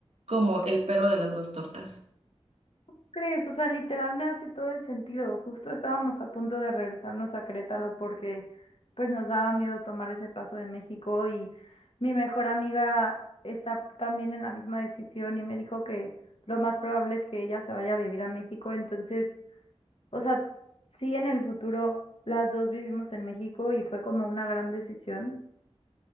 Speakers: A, on the right (about 70°); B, on the left (about 55°).
A: como el perro de las dos tortas.
B: ¿Crees? O sea, literal me hace todo el sentido. Justo estábamos a punto de regresarnos a Querétaro porque pues nos daba miedo tomar ese paso de México y mi mejor amiga está también en la misma decisión y me dijo que lo más probable es que ella se vaya a vivir a México, entonces... O sea, sí en el futuro las dos vivimos en México y fue como una gran decisión.